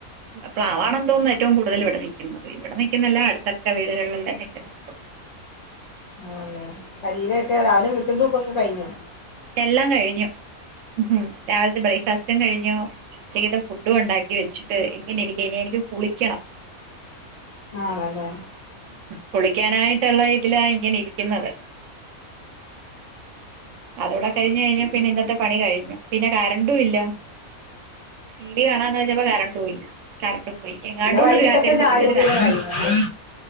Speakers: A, on the right; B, on the left.
A: പ്ലാവ്വാണ് തോന്ന് ഏറ്റും കൂടുതൽ ഇവിടെ നിക്ക്ന്നത്. ഇവിടെ നിക്ക്ന്നെല്ല അടുത്തടുത്ത വീടുകളെല്ലാം നിക്കുന്നെത്. അഹ
B: ആണ്ലെ അല്ലെക്കെ രാവിലെരു മുറ്റം തൂക്കൊക്കെ കഴിഞ്ഞോ?
A: എല്ലാം കഴിഞ്ഞു. ഹു് ഹും രാവിലത്തെ ബ്രേക്ക്ഫാസ്റ്റും കഴിഞ്ഞു. ഉച്ചക്കെത്തെ ഫുഡും ഉണ്ടാക്കി വെച്ചിട്ട് ഇങ്ങനെ ഇരിക്ക നി എനിക്ക് കുളിക്കണം.
B: ആ വല്ലേ
A: കുളിക്കാനായിട്ട്ള്ള ഇതിലാ ഇങ്ങനെ ഇരിക്ക്ന്നത്. അതോടെ കഴിഞ്ഞേയ്ഞ്ഞാൽ പിന്നെ ഇന്നത്തെ പണി കഴിഞ്ഞു. പിന്നെ കരണ്ടും ഇല്ല. ടി. വി. കാണാന്ന് വെച്ചപ്പോ കരണ്ടും ഇല്ല. കറണ്ടും വയ് യങ്ങാടൂട്
B: പിന്നെ വൈകിട്ടത്തെ
A: ഒരു കാറ്റ ടിച്ചപ്പോഴ്ത്തന്
B: ചായ കുടിയുടെ
A: കരണ്ട്
B: കാര്യങ്ങളല്ലേ